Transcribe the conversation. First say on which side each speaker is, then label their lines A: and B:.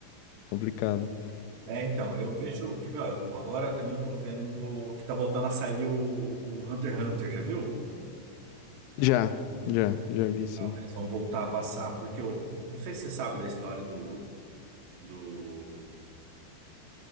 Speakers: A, on the left; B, on the right.
A: Complicado.
B: É, então, eu vejo. Quer ver, ó, eu- agora também eu tô vendo que tá voltando a sair o, o Hunter x Hunter, já viu?
A: Já, já, já vi, sim.
B: Ah, Eles vão voltar a passar, porque eu não sei se você sabe da história do, do,